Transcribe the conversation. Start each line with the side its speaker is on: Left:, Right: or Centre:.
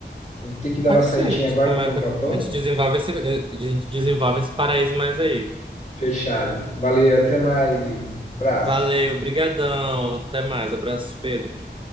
Left: Vou ter que dar
Right: Pode
Left: uma saidinha
Right: ser, tipo,
Left: agora pra
Right: mas
Left: comprar
Right: a
Left: pão.
Right: gente desenvolve esse, a gente desenvolve esse paraíso mais aí.
Left: Fechado. Valeu, até mais, Ivo. Abraço.
Right: Valeu, brigadão, até mais, abraços, Pedro.